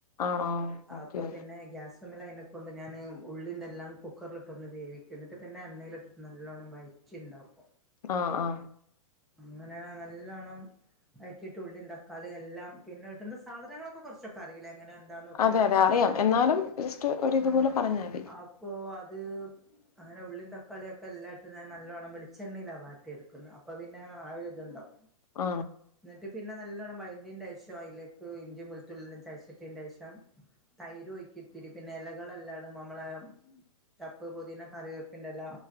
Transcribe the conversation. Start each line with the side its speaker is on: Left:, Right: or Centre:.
Left: ആണോ ഓക്കെ
Centre: അപ്പൊ
Left: ഓക്കെ
Centre: പിന്നെ ഗ്യാസ്മ്മല് ആയിന കൊണ്ട് ഞാൻ ഉള്ളിന്തെല്ലാം കുക്കറിലിട്ടൊന്ന് വേവിക്കും ഇന്നിട്ട് പിന്നെ എണ്ണയില് ഇട്ടിട്ട് നല്ലോണം വയറ്റി ഉണ്ടാക്കും
Left: ആ ആ
Centre: അങ്ങനെ നല്ലോണ്ണം വയറ്റിയിട്ട് ഉള്ളീം തക്കാളി എല്ലാം പിന്നെ സാധനങ്ങളൊക്കെ കൊറച്ചൊക്കെ അറിയും എങ്ങനെ എന്താന്നൊക്കെ
Left: അതെ അതെ അറിയാം
Centre: അങ്ങനെ
Left: എന്നാലും ജസ്റ്റ് ഒരിതുപോലെ
Centre: ആ
Left: പറഞ്ഞാൽ മതി
Centre: അപ്പോ <unintelligible> അങ്ങനെ ഉള്ളിയും തക്കാളി ഒക്കെ എല്ലായിട്ടും ഞാൻ നല്ലോണം വെളിച്ചെണ്ണയിലാ വാട്ടി എടുക്കുന്നെ അപ്പൊ പിന്നെ ആ ഒരു ഇതുണ്ടാവും
Left: ആ
Centre: എന്നിട്ട് പിന്നെ നല്ലോണം വയന്റീന് ശേഷം അയ്ലേ ഇഞ്ചും വെളുത്തുള്ളീം എല്ലാം ചതച്ചിട്ടിന്റെ ശേഷം തൈര് ഒയ്കും ഇത്തിരി പിന്നെ ഇലകള് എല്ലാടും നമ്മളെ <unintelligible> ചപ്പ് പൊതീന കറിവേപ്പിന്റെല